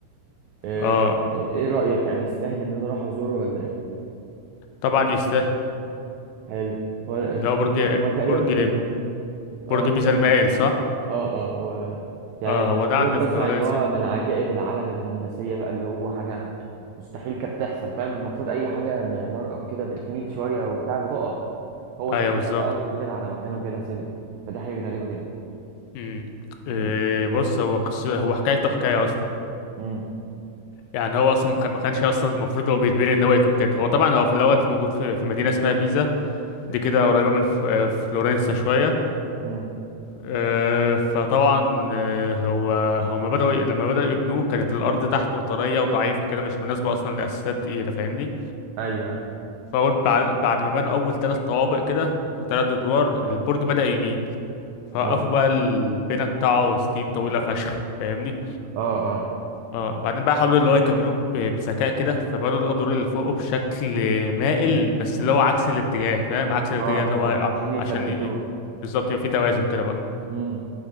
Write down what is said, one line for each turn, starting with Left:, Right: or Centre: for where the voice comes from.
Right: آه،
Left: اه
Right: ايه رأيك يعني يستاهل ان انا اروح ازوره ولا ايه
Left: طبعا يستاهل
Right: حلو هو
Left: اللي هو برج
Right: هو تقريبا
Left: برج
Right: من- اه
Left: برج بيزا المائل صح
Right: اه اه هو يعني
Left: اه هو ده
Right: تقريبا
Left: عند فلورنسا
Right: بسمع ان هو
Left: كده
Right: من عجائب العالم الهندسية بقى اللي هو حاجة مستحيل كانت تحصل فاهم المفروض اي حاجة معمار او كده بتميل شوية او بتاع بتقع هو
Left: ايوه
Right: ده
Left: بالظبط
Right: بقى وفضل على مكانه كده سيبه فدي حاجة غريبة جدا
Left: امم إيه
Right: امم
Left: بص هو قصة هو حكايته حكاية أصلا
Right: امم
Left: يعني هو أصلا ما كان- ما كانش أصلا المفروض هو بيتبني إن هو يكون كده هو طبعا هو في الأول في موجود في, في مدينة اسمها بيزا دي كده قريبة من ف- آه، فلورنسا شوية
Right: امم
Left: آه، فطبعا آه، هو هما بدأوا ي- لما بدأوا يبنوه كانت الأرض تحته طرية وضعيفة كده مش مناسبة أصلا لأساسات تقيلة فاهمني
Right: ايوه أيوة.
Left: فأول بعد, بعد ما بنوا أول تلات طوابق كده تلات أدوار البرج بدأ يميل فوقفوا
Right: اه
Left: بقى البناء بتاعه سنين طويلة فشخ فاهمني
Right: اه آه.
Left: اه بعدين بقى حاولوا اللي هو يكملوه ب- بذكاء كده فبنوا الادوار اللي فوقه بشكل مائل بس اللي هو عكس الاتجاه فاهم عكس الاتجاه
Right: اه
Left: اللي
Right: اه
Left: هو هيقع
Right: عشان
Left: منه،
Right: يثبتوه
Left: عشان ي... بالظبط يبقى في توازن كده بقى
Right: امم